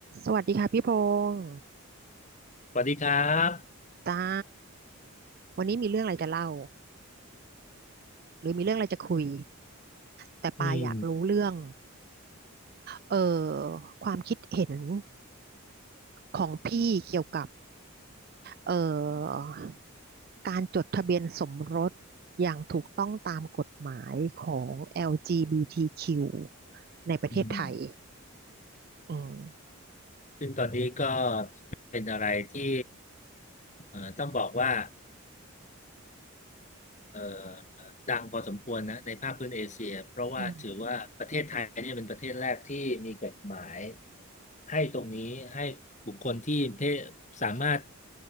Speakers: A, on the right; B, on the left.
A: สวัสดีค่ะพี่พงศ์
B: สวัสดีครับ
A: จ้าวันนี้มีเรื่องอะไรจะเล่าหรือมีเรื่องอะไรจะคุยแต่ปาอยากรู้เรื่อง
B: อืม
A: เอ่อความคิดเห็นของพี่เกี่ยวกับเอ่อการจดทะเบียนสมรสอย่างถูกต้องตามกฎหมายของ LGBTQ ในประเทศไทย
B: อืม
A: อืม
B: ซึ่งตอนนี้ก็เป็นอะไรที่เอ่อต้องบอกว่าเอ่อดังพอสมควรนะในภาคพื้นเอเชียเพราะว่าถือว่าประเทศไทยเนี่ยเป็นประเทศแรกที่มีกฎหมาย
A: อืม
B: ให้ตรงนี้ให้บุคคลที่เพศสามารถ